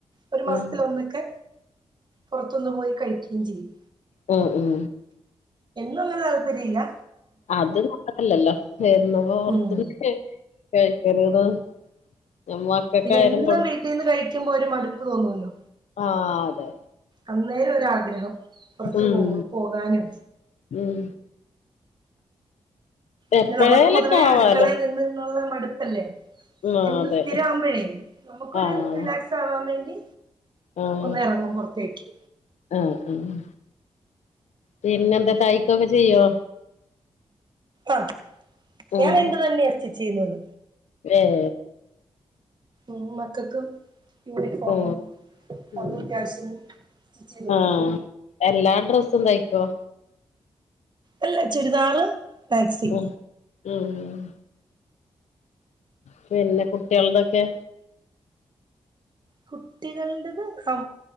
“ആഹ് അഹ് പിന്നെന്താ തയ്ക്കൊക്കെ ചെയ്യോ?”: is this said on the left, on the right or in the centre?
Left